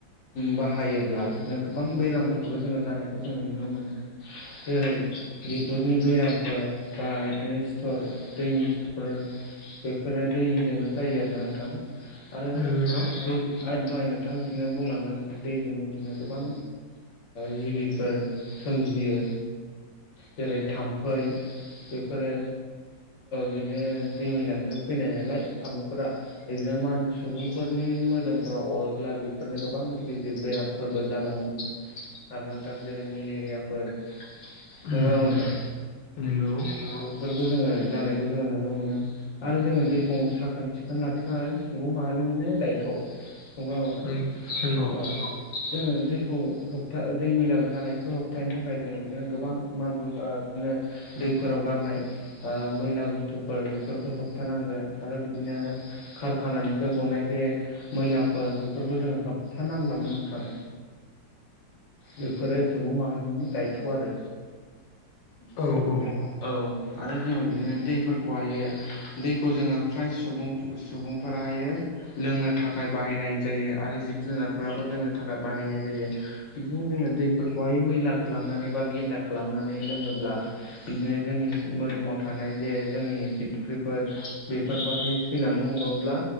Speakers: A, on the left (about 60°); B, on the left (about 70°).
A: बाहायोब्ला बिदिनो गोबां बेरामफोरखौबो जोङो जानायखौ जोङो नुनो मोनो जेरै बिगुरनि बेरामफोर बा बिदिनो सिथर दैनि सिथरफोर बेफोरो दैजोंनो जायो आरोना नोंथां। आरो
B: नंगौ
A: दहाय नोंथां बिदिनो बुंलांनाय बायदि दैजोंनो बिदिनो गोबां जिबिफोर सोमजियो जेरै थाम्फै बेफोरो बिदिनो दै मैलानिफोर फैनाय नालाय थामफैफोरा बिदिनो मान सुबुंफोरनि मोदोमफोराव अरोब्ला बेफोरनो गोबां गिदिर गिदिर बेरामफोरबो जानो हा आरो नोंथां जेरै मेलेरियाफोर
B: उम
A: नंगौ ना नङा नोंथां?
B: नंगौ औ उम नंगौ
A: फोरखौ जोङो जानायखौ जोङो नुनो मोनो। आरो जोङो दैखौ साखोन सिखोन लाखिना सुबुं माहारिनिनो दायथ' नंगौना नङा नोंथां
B: उम नंगौ
A: औ। जोङो दैखौ होबथा दै मैला जानायखौ होबथानो थाखाय जोङो बिदिनो गोबां मालबो ओ बिदिनो दैफोराव गारनाय ओ मैला बुस्थुफोर बेफोरखौ होबथानांगोन आरो बिदिनो खारखानानिफ्राय गनाय जे मैलाफोर बेफोरखौ जों होबथा नांगौ आनो नोंथां। बेफोरो सुबुं माहारिनि दायथ' आरो।
B: औ औ।
A: औ आरो जोङो बिदिनो दैफोरखौहायो दैखौ जोङो फ्राय सुबुं सुबुं फोराहायो लोंनो थाखाय बाहायनाय जायो आरो जिब जुनारफोराबो लोंनो थाखाय बाहायनाय जायो‌। बिदिनो जोङो दैफोरखौहाय मैला खालामनानै बा गेन्दा खालामनानै लोङोब्ला बिदिनो जोंनि मोदोमाव थानाय जे जोंनि जिबख्रिफोर बेफोर बाहाय थैला नो हम्ला